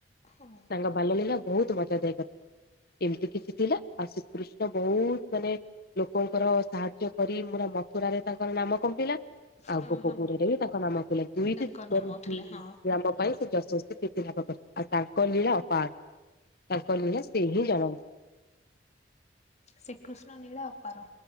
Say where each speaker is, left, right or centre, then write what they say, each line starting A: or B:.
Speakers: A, on the left; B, on the left.
A: ହଁ
B: ତାଙ୍କ ବାଲ୍ୟ ଲୀଳା ବହୁତ ମଜା ଦାୟକ ଥିଲା ଏମିତି କିଛି ଥିଲା ଆ ଶ୍ରୀକୃଷ୍ଣ ବହୁତ ମାନେ ଲୋକଙ୍କର ସାହାଯ୍ୟ କରି ମୁରା ମଥୁର ରେ ତାଙ୍କର ନାମ କମ୍ପିଲା। ଆଉ
A: ହଁ
B: ଗୋପ
A: ହଁ
B: ପୋରରେ ବି ତାଙ୍କ ନାମକୁ <unintelligible>
A: ତାଙ୍କ ନାମ
B: ଗ୍ରାମ
A: ଥିଲା ହଁ
B: ପାଇଁ ସେ ଯଶସ୍ୱୀ କୀର୍ତି ଲାଭ କଲେ ଆଉ ତାଙ୍କ ଲୀଳା ଅପାର। ତାଙ୍କ ନୀଳା ସେ ହିଁ ଯାଣନ୍ତି।
A: ସେ କୃଷ୍ଣ ନୀଳ ଅପାର।